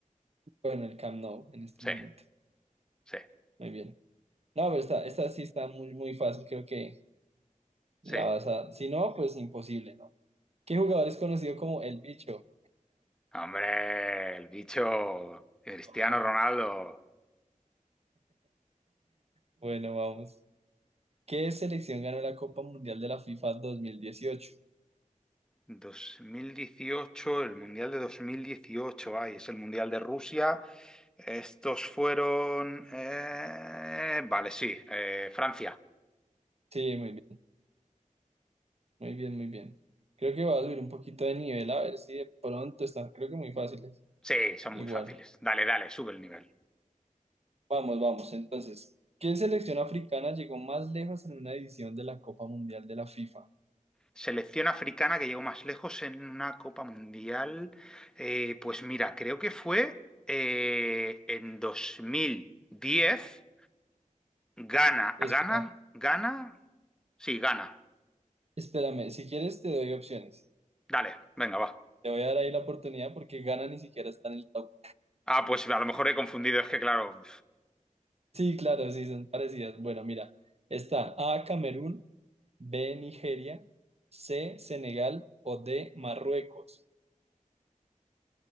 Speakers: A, on the right; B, in the centre.
A: Bueno, el Camp Nou en este
B: Sí,
A: momento.
B: sí,
A: Muy bien. No, pero esta, esta sí está muy, muy fácil, creo que
B: sí.
A: la vas a... Si no, pues imposible, ¿no? ¿Qué jugador es conocido como El Bicho?
B: Hombre, el bicho Cristiano
A: Por favor.
B: Ronaldo.
A: Bueno, vamos. ¿Qué selección ganó la Copa Mundial de la FIFA 2018?
B: 2018, el Mundial de 2018, ay, es el Mundial de Rusia. Estos fueron... eh, vale, sí, eh, Francia.
A: Sí, muy bien, muy bien, muy bien. Creo que va a subir un poquito de nivel, a ver si de pronto está. Creo que muy fáciles.
B: Sí, son
A: Igual.
B: muy fáciles. Dale, dale, sube el nivel.
A: Vamos, vamos. Entonces, ¿qué selección africana llegó más lejos en una edición de la Copa Mundial de la FIFA?
B: Selección africana que llegó más lejos en una Copa Mundial. Eh, pues mira, creo que fue eh, en 2010. Gana,
A: Espera,
B: gana, gana. Sí, gana.
A: espérame, si quieres te doy opciones.
B: Dale, venga, va.
A: Te voy a dar ahí la oportunidad porque Ghana ni siquiera está en el top.
B: Ah, pues a lo mejor he confundido, es que claro...
A: Sí, claro, sí, son parecidas. Bueno, mira, está A, Camerún, B, Nigeria, C, Senegal o D, Marruecos.